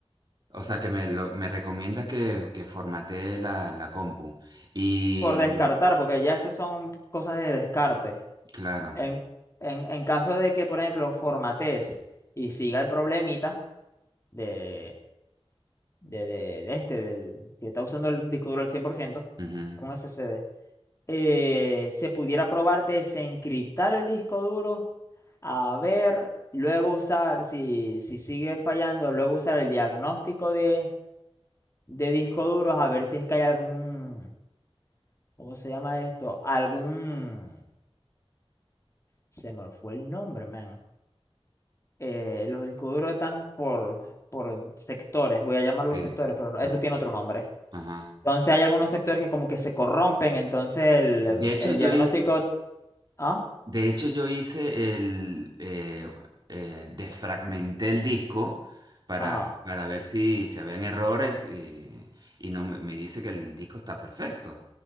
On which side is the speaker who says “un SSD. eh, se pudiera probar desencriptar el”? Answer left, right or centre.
Left